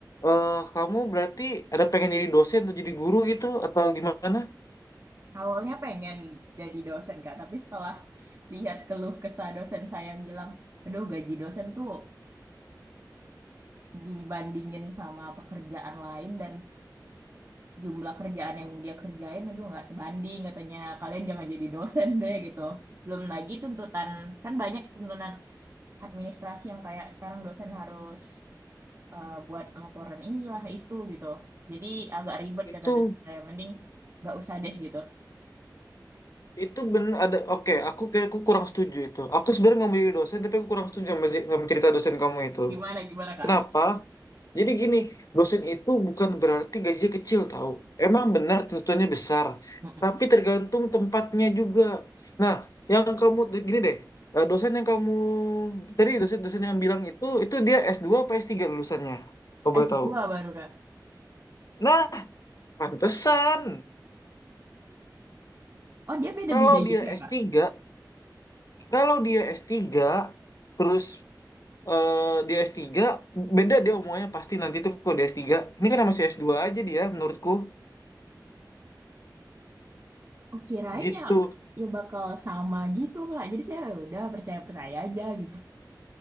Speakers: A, on the left; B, on the right.
A: eh kamu berarti ada pengen jadi dosen atau jadi guru gitu atau gimana?
B: awalnya pengen jadi dosen Kak, tapi setelah lihat keluh kesah dosen saya yang bilang, aduh gaji dosen tuh dibandingin sama pekerjaan lain dan jumlah kerjaan yang dia kerjain, aduh nggak sebanding katanya, kalian jangan jadi dosen deh gitu. Belum lagi tuntutan, kan banyak tuntutan administrasi yang kayak sekarang dosen harus eh, buat laporan inilah itu gitu. Jadi agak ribet
A: Itu
B: kata dosen saya, mending nggak usah deh gitu.
A: itu bener ada oke, aku kayak aku kurang setuju itu. Aku sebenarnya nggak mau jadi dosen tapi aku kurang setuju sama, sama cerita dosen kamu itu.
B: Gimana gimana Kak?
A: Kenapa? Jadi gini, dosen itu bukan berarti gajinya kecil tahu. Emang benar tuntutannya besar,
B: Mm-mm.
A: tapi tergantung tempatnya juga. Nah, yang kamu gini deh, eh, dosen yang kamu tadi dosen-dosen yang bilang itu itu dia s dua, apa S3 lulusannya? Kau
B: s
A: boleh tahu.
B: dua baru Kak.
A: Nah, pantesan.
B: Oh dia beda-beda
A: Kalau dia
B: gitu ya
A: s
B: Kak?
A: tiga, kalau dia s tiga, terus eh, dia s tiga, beda dia omongannya pasti nanti tuh kalau dia s tiga. Ini kan masih s dua aja dia menurutku
B: Oh kirain
A: gitu
B: ya ya bakal sama gitu Kak. Jadi saya "Ya udah percaya-percaya aja gitu.